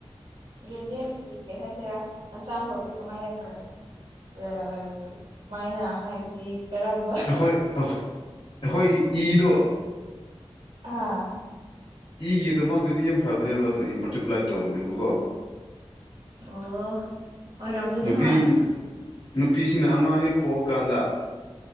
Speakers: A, on the right (about 75°); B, on the left (about 65°).
A: ꯌꯟꯗꯤꯒꯤ ꯀꯩ ꯍꯥꯏꯁꯤꯔ ꯁꯥꯡ ꯐ ꯀꯃꯥꯏꯅꯀ ꯑꯗꯨꯃꯥꯏꯅ ꯍꯥꯏꯕꯗꯤ ꯀꯔꯝꯕ
B: ꯑꯩꯈꯣꯏ ꯑꯩꯈꯣꯏꯒꯤ ꯏꯗꯣ
A: ꯑꯥ
B: ꯏꯒꯤꯗꯃꯛꯇꯗꯤ ꯌꯥꯝ ꯐꯕꯅꯦꯕ ꯑꯗꯣ ꯃꯜꯇꯤꯄ꯭ꯂꯥꯏ ꯇꯧꯕꯅꯦꯕꯀꯣ
A: ꯑꯣ ꯑꯣꯔꯝꯒꯅꯤ
B: ꯅꯨꯄꯤ
A: ꯍ
B: ꯅꯨꯄꯤꯁꯤꯡꯅ ꯑꯉꯥꯡ ꯍꯦꯛ ꯄꯣꯛꯑꯀꯥꯟꯗ